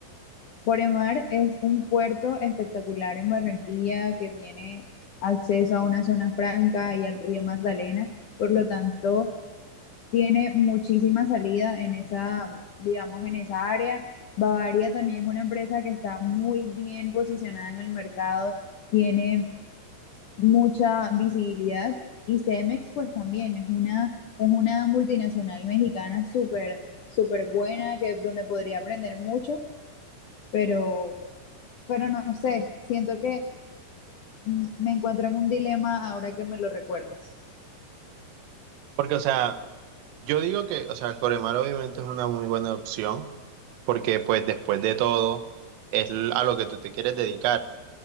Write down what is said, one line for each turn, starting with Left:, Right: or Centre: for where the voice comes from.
Left: Coremar es un puerto espectacular en Barranquilla que tiene acceso a una zona franca y al río Magdalena, por lo tanto tiene muchísima salida en esa, digamos, en esa área. Bavaria también es una empresa que está muy bien posicionada en el mercado, tiene mucha visibilidad y Cemex pues también es una, es una multinacional mexicana súper, súper buena que, donde podría aprender mucho pero pero no sé, siento que mm, me encuentro en un dilema ahora que me lo recuerdas.
Right: Porque, o sea, yo digo que, o sea, Coremar obviamente es una muy buena opción, porque pues después de todo es a lo que tú te quieres dedicar.